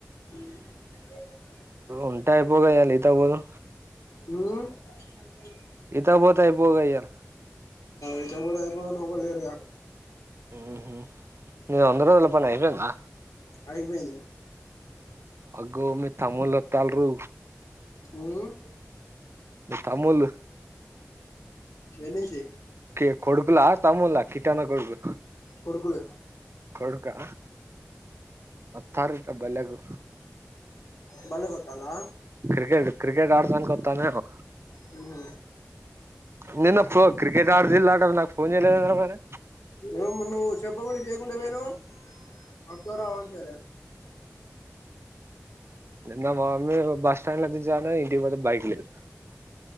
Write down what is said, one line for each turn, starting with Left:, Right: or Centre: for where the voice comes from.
Left: <inaudible>
Right: ఉంటా అయిపోగా ఇయాల ఈతకుపోదు
Left: మ్మ్ <inaudible>
Right: ఇతాకు పోతయిపోగా ఇయ్యల
Left: ఈతకు పోతే అయిపోవ్ గాని ఎవ్వలేరుగా
Right: ఉహు నీ వంద రోజుల పనే అయిపోయిందా
Left: అయిపోయింది
Right: అగ్గో మీ తమ్ముళ్ళు అత్తల్రో
Left: ఊమ్
Right: మీ తమ్ముళ్ళు
Left: ఏనుంచి
Right: కి కొడుకులా తమ్ముల్లా కిట్టన్న కొడుకులు
Left: కొడుకులు
Right: కొడుకా వత్తారు ఇక బల్లెకు
Left: బళ్ళకొత్తాల్ల
Right: క్రికెట్ క్రికెట్ ఆడదానికి వతందేమో
Left: ఉమ్మ్
Right: నేన్నప్పు క్రికెట్ ఆడదిల్ ఆడ నాకు ఫోన్ చెయ్యలేదు ఎందిరా మరి
Left: ఏం నువ్వు చెప్పా కుండ చెయ్య కుండ పోయినావ్ అత్తవో రావో అని చెయ్యలే
Right: నిన్న మా మమ్మీ బస్ స్టాండ్లో దించుదాం అంటే ఇంటికి పోతే బైక్ లేదు